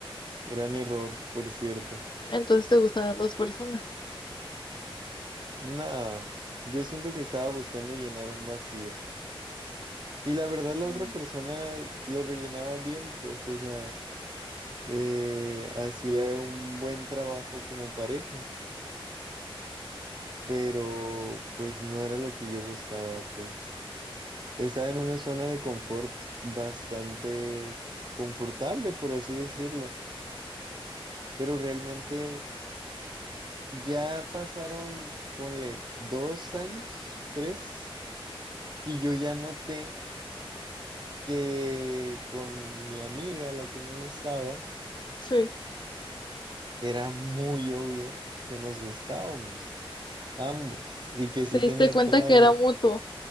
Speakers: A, on the right; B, on the left.
A: gran error, por cierto.
B: Entonces te gustaban dos personas.
A: No, yo siento que estaba buscando llenar un vacío. Y la verdad, la
B: Mm,
A: otra persona lo rellenaba bien, pues, o sea, eh, hacía un buen trabajo como pareja. pero pues no era lo que yo buscaba, pues. Estaba en una zona de confort bastante confortable, por así decirlo, pero realmente ya pasaron, ponle, dos años, tres, y yo ya noté que con mi amiga, la que me gustaba,
B: Sí.
A: era muy obvio que nos gustábamos, ambos, y que sí
B: ¿Te diste
A: tenía
B: cuenta
A: toda
B: que
A: la
B: era mutuo?